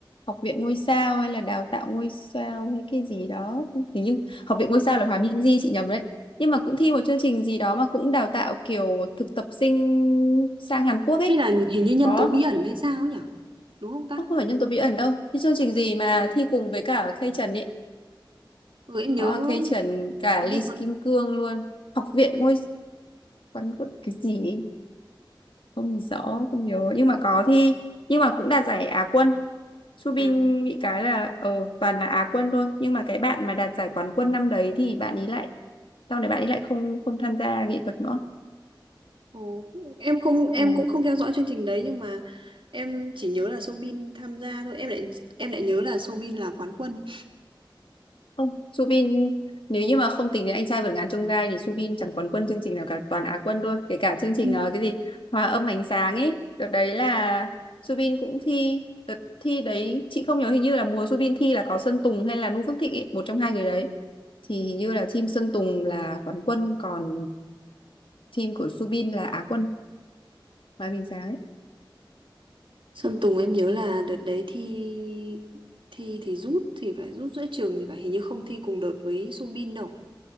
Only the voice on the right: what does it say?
Hay là hình như nhân
tố bí ẩn hay sao ấy nhỉ? Đúng không ta?
Ừ, em nhớ
hình
như,
hình
như còn
à
Ồ, em không em
cũng không theo dõi chương trình đấy nhưng mà em chỉ nhớ là Soobin tham gia thôi em lại em lại nhớ là Soobin là quán quân
Ừ.
Sơn Tùng em nhớ là đợt đấy thi thi thì rút thì phải rút giữa trường thì phải hình như không thi cùng đợt với Soobin đâu